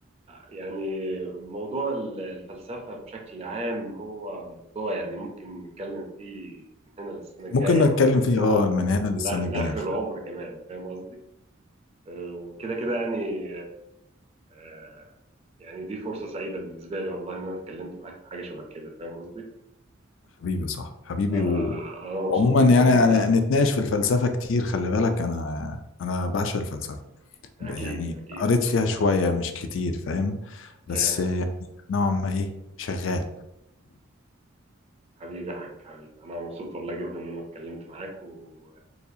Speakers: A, on the right (about 30°); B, on the left (about 65°).
A: يعني موضوع ال- الفلسفة بشكل عام هو موضوع يعني ممكن نتكلم فيه من هنا للسنة الجاية
B: ممكن نتكلم
A: أو ولا
B: فيه
A: من هنا
B: اه
A: ل-
B: من هنا للسنة
A: لا-
B: الجاية
A: لآخر
B: فعلا.
A: العمر كمان فاهم قصدي؟ آه، وكده كده يعني آه، يعني دي فرصة سعيدة بالنسبة لي والله إن أنا اتكلمت معاك في حاجة شبه كده فاهم قصدي؟
B: حبيبي صح حبيبي
A: آه،
B: و...
A: أنا مبسوط
B: وعموما
A: جدا
B: يعني
A: إن
B: يعني
A: أنا
B: نتناقش في الفلسفة كتير خلي بالك أنا أنا بعشق الفلسفة
A: أكيد
B: ب- يعني
A: أكيد
B: قريت
A: إن شاء
B: فيها شوية
A: الله
B: مش كتير فاهم بس
A: فاهم
B: يعني نوعا ما ايه شغال
A: حبيبي يا حاج حبيبي أنا مبسوط والله جدا إن أنا اتكلمت معاك و